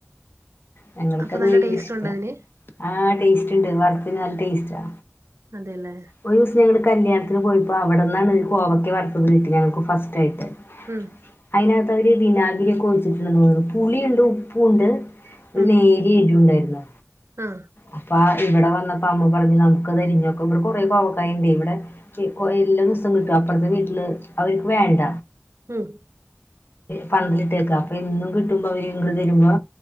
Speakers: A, on the left; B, on the right.
A: ഞങ്ങൾക്ക്
B: അപ്പൊ
A: അത്
B: നല്ല
A: ഭയങ്കര
B: ടേസ്റ്റ്
A: ഇഷ്ടാ.
B: ഉണ്ടോ അതിന്
A: ആഹ് ടേസ്റ്റ് ഉണ്ട് വറത്തിന് നല്ല ടേസ്റ്റാ.
B: അതെയല്ലേ.
A: ഒരു ദിവസം ഞങ്ങടെ കല്യാണത്തിന് പോയിപ്പോ അവിടെന്നാണ് കോവയ്ക്ക വറുത്തത് കിട്ടി ഞങ്ങക്ക് ഫസ്റ്റ് ആയിട്ട്.
B: ഉം.
A: അതിനകത്ത് അവര് വിനാഗിരിയോക്കെ ഒഴിച്ചിട്ടുണ്ടെന്ന് തോന്നുന്നു പുളിയുണ്ട്, ഉപ്പും ഉണ്ട്. ഒരു
B: ഉം
A: നേരി എരുവും ഇണ്ടായിരുന്നു
B: ആഹ്
A: അപ്പ ഇവിടെ വന്നപ്പോ അമ്മ പറഞ്ഞു നമുക്ക് തിരിഞ്ഞൊക്കെ ഇടെ കൊറ കോവക്കന്റെ ഇവിടെ എല്ലാ ദിവസം കിട്ടും അപ്പുറത്തെ വീട്ടില് അവർക്ക് വേണ്ട
B: ഉം
A: പന്തലിട്ടേക്ക അപ്പൊ എന്നും കിട്ടുമ്പോ അവര് ഇങ്ങൾ തരുമ്പോ